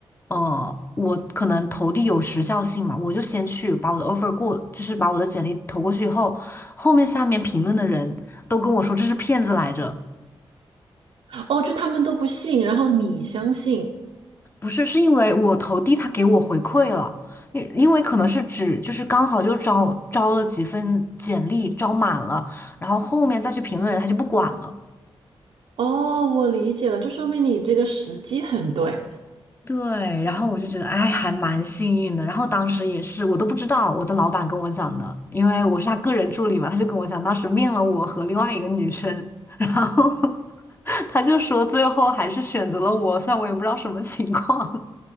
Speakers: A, on the left (about 20°); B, on the right (about 70°).
A: 呃，我可能投递有时效性嘛，我就先去把我的 offer 过，就是把我的简历投过去以后，后面下面评论的人都跟我说这是骗子来着。
B: 哦，就他们都不信，然后你相信。
A: 不是，是因为我投递他给我回馈了，因因为可能是只就是刚好就招招了几份简历，招满了，然后后面再去评论人他就不管了。
B: 哦，我理解了，就说明你这个时机很对。
A: 对，然后我就觉得哎，还蛮幸运的。然后当时也是我都不知道，我的老板跟我讲的，因为我是他个人助理嘛，他就跟我讲，当时面了我和另外一个女生，然后 <laughs> 他就说最后还是选择了我，虽然我也不知道什么情况。